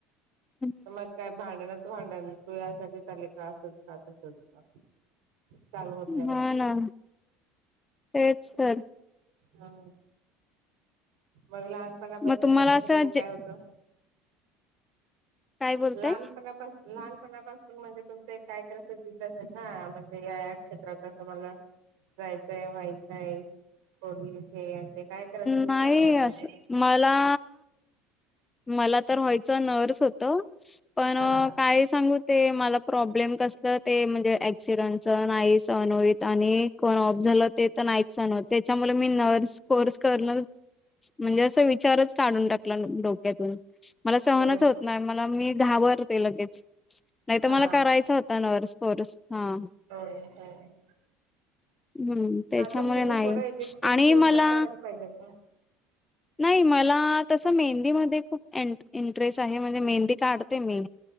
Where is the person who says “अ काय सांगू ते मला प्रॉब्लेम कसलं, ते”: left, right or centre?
Left